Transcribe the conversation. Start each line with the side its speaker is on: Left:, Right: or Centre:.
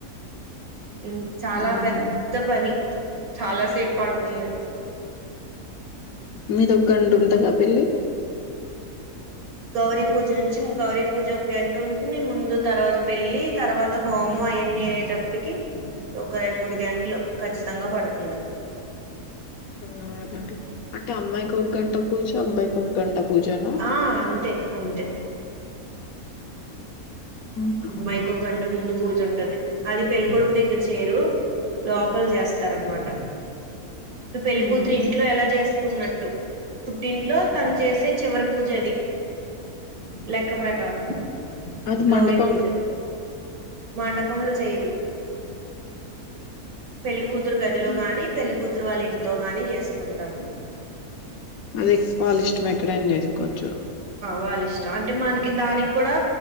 Right: ఇం చాలా
Left: ఉమ్
Right: పెద్ద పని చాలాసేపు పడుతుంది
Left: మీదొ గంట ఉంటందా పెళ్లి
Right: గౌరీ పూజ నుంచి గౌరీ పూజ ఒక గంట ఉంటుంది ముందు తర్వాత పెళ్ళలి తర్వాత హోమ ఎన్ని అయ్యేటప్పటికి ఒక రెండు మూడు గంటలు కఖచ్చితంగా పడుతుంది
Left: మూడు గంటలు అంటే అమ్మాయికి ఒక గంట పోచు అబ్బాయికి ఒక గంట పూజనా
Right: ఆ అంతే అంతే
Left: ఉహు
Right: అమ్మాయికి గంట ముందు పూజ ఉంటది అది పెళ్ళికొడుకు దగ్గర చేయరు లోపల చేస్తార అనమాట ఇప్పుడు పెళ్లికూతురు
Left: ఉమ్
Right: ఇంట్లో ఎలా చేస్త కున్నట్టు పుట్తింట్లో తను చేసే చివరి పూజది లెక్క ప్రకారం
Left: అది
Right: గౌరీ
Left: మండప
Right: పూజ మండపముంలో చేయరు పెళ్లి కూతురు గదిలో
Left: మ్.
Right: గాని పెళ్లికూతురు పత్ర వాళ్ళు ఇంట్లో గాని చేసుకుంటారు
Left: అది వాల ఇష్టం ఎక్కడైనా చేసుకోవచ్చు
Right: వాల ఇష్టం అంటే మనకి దానికి కూడా